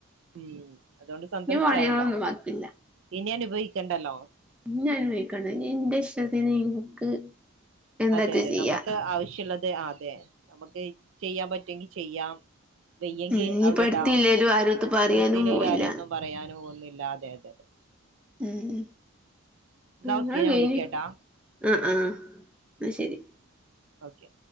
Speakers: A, on the right; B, in the centre.
A: ഉം, അതോണ്ട് സന്തോഷായല്ലോ?
B: പണികളൊന്നും ബാക്കില്ല
A: ഇനി അനുഭവിക്കണ്ടല്ലോ?
B: ഇഞ്ഞനുഭവിക്കണ്ട ഞ്ഞിന്റെ ഇഷ്ടത്തിന് ഇൻക്ക് എന്താച്ചാ
A: അതെ അതെ
B: ചെയ്യാ
A: നമുക്ക് ആവശ്യള്ളത് ആഹ് അതെ നമുക്ക് ചെയ്യാം പറ്റാെങ്കിൽ ചെയ്യാം വെയ്യെങ്കി
B: ഇഞ്ഞിപ്പോ
A: അവിടെ ഇടാം.
B: ഇട്ത്തില്ലേലും ആരെട്ത്തും പറയാനും
A: എടുത്തില്ലേലും
B: പോവില്ല
A: ആരൊന്നും പറയാൻ പോകുന്നില്ല. അതെ, അതെ, അതെ.
B: ഉം
A: ന്നാ ഓക്കെ
B: ഇങ്ങള്
A: ഞാൻ
B: കയിഞ്ഞ്
A: വിളിക്കാം ട്ടോ
B: ആഹ് ആഹ് ന്നാ ശെരി
A: ഓക്കെ